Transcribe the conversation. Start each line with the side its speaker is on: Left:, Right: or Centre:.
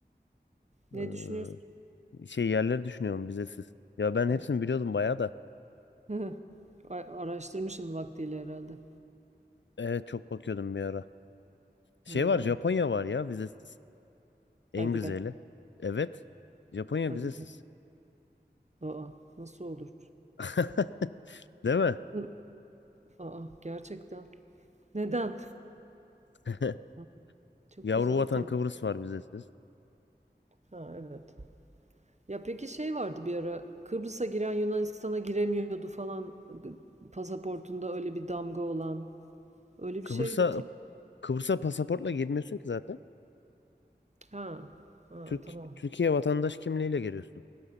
Right: Ne
Left: ee,
Right: düşünüyorsun?
Left: şey yerleri düşünüyorum vizesiz. Ya ben
Right: Ha.
Left: hepsini biliyordum bayağı da.
Right: <laughs> A- Araştırmışsın vaktiyle herhalde.
Left: Evet çok bakıyordum bir ara. Şey
Right: Hı.
Left: var Japonya var ya vizesiz. En
Right: Hadi
Left: güzeli.
Right: be.
Left: Evet. Japonya
Right: Hadi.
Left: vizesiz.
Right: canım. Aa, nasıl olur?
Left: <laughs> Değil mi?
Right: Hı. Aa, gerçekten. Neden?
Left: <laughs>
Right: <laughs> Çok
Left: Yavru
Right: güzel
Left: vatan
Right: tabii.
Left: Kıbrıs var vizesiz.
Right: Ha evet. Ya peki şey vardı bir ara Kıbrıs'a giren Yunanistan'a giremiyordu falan pasaportunda öyle bir damga olan. Öyle
Left: Kıbrıs'a
Right: bir şey hatırlıyor
Left: Kıbrıs'a pasaportla girmiyorsun ki zaten.
Right: Ha, ha
Left: Türk
Right: tamam.
Left: Türkiye vatandaş kimliğiyle giriyorsun.